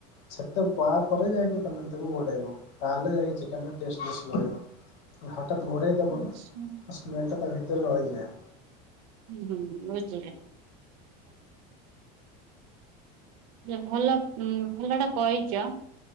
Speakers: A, on the left; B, on the right.
A: ସେତେ ତା ପରେ ଯାଇକି ତମେ ତାକୁ ଘୋଡେଇବ। ତାହେଲେ ଯାଇକି ଚିକେନ ଟଷ୍ଟ ବେଶ ବଢିବ। ହଠାତ ଘୋଡେଇ ଦବ
B: ଆଛା
A: ନା ସ୍ମେଲ ଟା ତା ଭିତରେ ରହିଯାଏ।
B: ହିଁ ବୁଝିଲି ଭଲ ଉ ଭଲ ଟା କହିଚ।